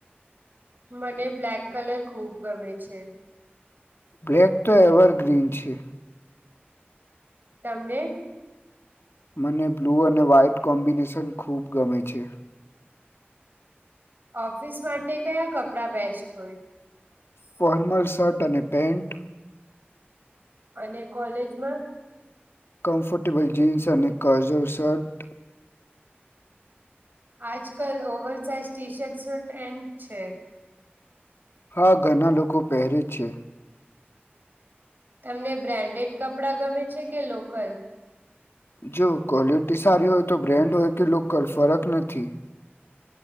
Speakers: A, on the right (about 50°); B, on the left (about 75°).
A: મને બ્લેક કલર ખુબ ગમે છે
B: બ્લેક તો એવર ગ્રીન છે
A: તમને
B: મને બ્લૂ અને વ્હાઈટ કોમ્બિનેશન ખૂબ ગમે છે
A: ઓફિસ માટે કયા કપડા બેસ્ટ હોય
B: ફોર્મલ શર્ટ અને પેન્ટ
A: અને કોલેજમાં
B: કમ્ફર્ટેબલ જીન્સ અને કરઝલ શર્ટ
A: આજ કલ ઓવર સાઇઝ ટી શર્ટ્સ નો ટ્રેન્ડ છે
B: હા ઘણા લોકો પહેરે છે
A: તમને બ્રાન્ડેડ કપડાં ગમે છે કે લોકલ
B: જો ક્વોલિટી સારી હોય તો બ્રેન્ડ હોય કે લોકલ ફરક નથી